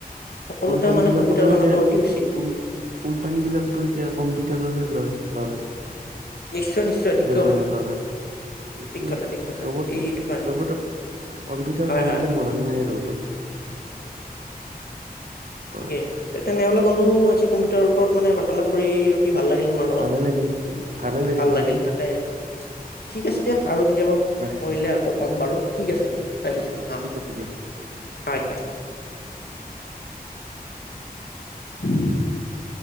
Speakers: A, on the left; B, on the right.
A: সকলোতে
B: কোম্পানী
A: মানে
B: বিলাকতো
A: কম্পিউটাৰ জনাটো
B: এতিয়া,
A: অতি উচিত
B: কোম কোম্পানী বিলাকতো এতিয়া কম্পিউটাৰতে লয়। <inaudible>
A: নিশ্চয়, নিশ্চয়, ঠিক
B: যেনে
A: কথা
B: ল'ৰা, এইটোৱেই,
A: কথা ঠিক কথা
B: চবতে
A: এই এইটো কাৰণে
B: চবতে, কম্পিউটাৰ
A: হয়
B: জানিলে
A: হয় হয়
B: মৰণ নাই আৰু তোমাৰ। হয়।
A: ঠিকেই, তে তেনেহ'লে বন্ধ ও আজি কম্পিউটাৰৰ ওপৰত মানে বাৰ্তালাপ কৰি তি ভাল লাগিল তোমাৰ লগত,
B: ভালে লাগিল ভালে
A: ভাল লাগিল,
B: মোৰো
A: তাকে, ঠিক আছে দিয়া আৰু কেতিয়াবা
B: ৰাখিছো
A: কৰিলে আকৌ
B: কল-
A: ক'ম বাৰু ঠিক আছে, ৰাখিছোঁ,
B: কল-
A: অ',
B: ঠিক আছে দিয়া।
A: হয় হয়। <inaudible>